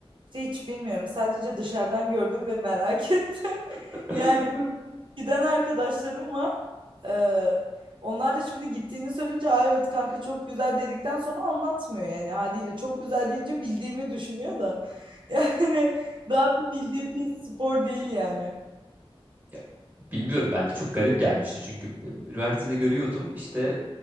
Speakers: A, on the right; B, on the right.
A: şey hiç bilmiyorum. Sadece dışarıdan gördüm ve merak <laughs> ettim.
B: <laughs>
A: Yani giden arkadaşlarım var. Ee, onlar da şimdi gittiğini söyleyince Aa, evet kanka çok güzel dedikten sonra anlatmıyor yani haliyle çok güzel deyince bildiğimi düşünüyor da <laughs> yani daha bildiğim bir spor değil yani.
B: Ya, bilmiyorum ben de çok garip gelmişti çünkü e, üniversitede görüyordum işte